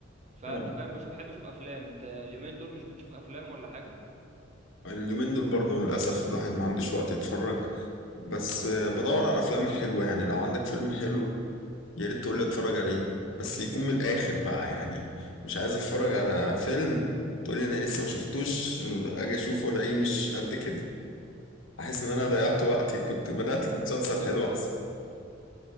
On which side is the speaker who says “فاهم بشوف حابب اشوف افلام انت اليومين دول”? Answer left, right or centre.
Right